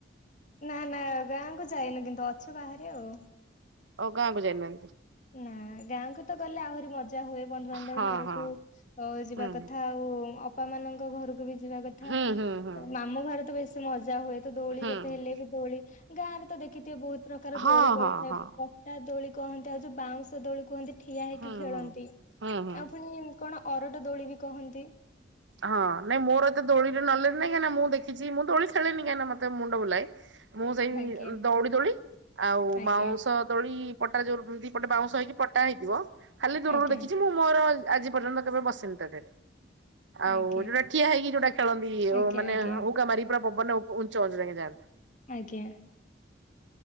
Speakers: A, on the left (about 45°); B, on the right (about 85°).
A: ନା ନା ଗାଁକୁ ଯାଇନୁ କିନ୍ତୁ ଅଛୁ ବାହାରେ ଆଉ।
B: ଆଉ ଗାଁକୁ ଯାଇ ନାହାଁନ୍ତି?
A: ନାଁ ଗାଁକୁ ତ ଗଲେ ଆହୁରି ମଜା ହୁଏ ବନ୍ଧୁବାନ୍ଧବ
B: ହଁ
A: ଘରକୁ
B: ହଁ
A: ଓ ଯିବା
B: ହୁଁ
A: କଥା ଆଉ ଅ ବାପା ମାନଙ୍କ ଘରକୁବି ଯିବା କଥା
B: ହୁଁ ହୁଁ ହୁଁ
A: ମାମୁଁ ଘରେତ ବେଶୀ ମଜା ହୁଏ ଦୋଳି
B: ହୁଁ।
A: ଯେତେ ହେଲେବି ଦୋଳି ଗାଁରେତ ଦେଖିଥିବେ ବହୁତ୍ ପ୍ରକାର
B: ହଁ
A: ଦୋଳି ପଡ଼ିଥାଏ
B: ହଁ ହଁ
A: ଟା ଦୋଳି କୁହନ୍ତି ଆଉ ଯୋଉ ବାଉଁଶ ଦୋଳି କୁହନ୍ତି ଠିଆ ହେଇକି
B: ହୁଁ
A: ଖେଳନ୍ତି
B: ହୁଁ ହୁଁ ହୁଁ।
A: ଆଉ ପୁଣି କଣ ଅରଟ ଦୋଳିବି କହନ୍ତି।
B: ହଁ ନାଇଁ ମୋର ଏତେ ଦୋଳିରେ ନଲେଜ୍ ନାଇ କାହିଁକନା ମୁଁ ଦେଖିଚି ମୁଁତ ଦୋଳି ଖେଳେନି କାହିଁକିନା ମତେ ମୁଣ୍ଡ ବୁଲାଏ ମୁଁ ସେଇ
A: ଆଜ୍ଞା
B: ଦଉଡ଼ି ଦୋଳି ଆଉ
A: ଆଜ୍ଞା
B: ବାଉଁଶ ଦୋଳି ପଟାରେ ଯୋଉ ଦିପଟେ ବାଉଁଶ ହେଇକି ପଟା ହେଇଥିବ ଖାଲି ଦୂରରୁ
A: ଆଜ୍ଞା
B: ଦେଖିଚି ମୁଁ ମୋର ଆଜି ପର୍ଯ୍ୟନ୍ତ କେବେ ବସିନିତା ଦେହରେ ଆଉ
A: ଆଜ୍ଞା
B: ଯୋଉଟା ଠିଆ ହେଇକି ଯୋଉଟା ଖେଳନ୍ତି
A: ଆଜ୍ଞା
B: ମାନେ
A: ଆଜ୍ଞା ଆଜ୍ଞା
B: ଉକା ମାରି ପୁରାପବନରେ ଉଞ୍ଚା ଗଛ ଯାଏ ଯାଆନ୍ତି।
A: ଆଜ୍ଞା।